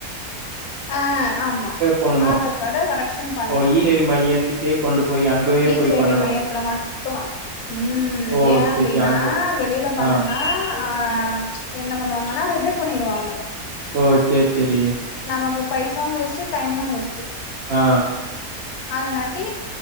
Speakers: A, on the left; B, on the right.
A: ஆ ஆமா
B: போணுமா?
A: ஆதார் கார்ட்ட கரெக்க்ஷன் பண்ணிக்லா
B: ஓ இ-சேவை மையத்துக்கே கொண்டு போய் அங்கயே
A: ஈ
B: போய்
A: சேவை
B: பண்ணணும்.
A: மையத்துல மட்டு ம்
B: ஓ!
A: ஏ அப்டின்னா
B: சரி, சரி அங்க
A: வெளில பண்ணனா
B: ஆ.
A: ஆ என்ன பண்ணுவாங்கனா ரிஜெக்ட் பண்ணிருவாங்க
B: ஓகே ச்செரி
A: நமக்கு பைசாவு வேஸ்ட்டு டைமு வேஸ்ட்டு
B: ஆ
A: அதனாட்டி